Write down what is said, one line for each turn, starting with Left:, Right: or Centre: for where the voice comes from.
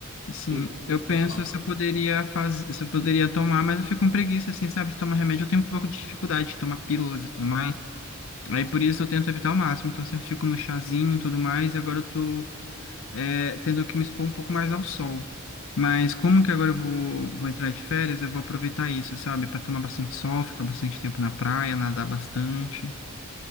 Left: sim,
Right: sim,
Left: eu penso
Right: pode falar.
Left: se eu poderia fazer, se eu poderia tomar, mas eu fico com preguiça, assim, sabe, de tomar remédio. Eu tenho um pouco de dificuldade de tomar pílulas e tudo mais. Aí por isso eu tento evitar ao máximo, então eu sempre fico no chazinho e tudo mais, e agora eu tô é, tendo que me expor um pouco mais ao sol. Mas como que agora eu vou, vou entrar de férias, eu vou aproveitar isso, sabe? Pra tomar bastante sol, ficar bastante tempo na praia, nadar bastante.